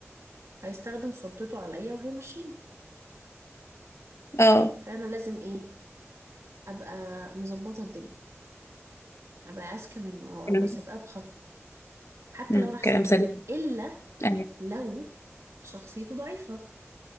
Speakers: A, on the right (about 70°); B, on the left (about 65°).
A: هيستخدم سلطته عليا وهيمشيني
B: اه
A: فأنا لازم إيه أبقى مظبطة الدنيا أبقى أذكى منه أو أبقى
B: كلام
A: سابقاه بخطوة حتى
B: امم
A: لو أنا أحسن
B: كلام سليم
A: منه إلا
B: يعني
A: لو شخصيته ضعيفة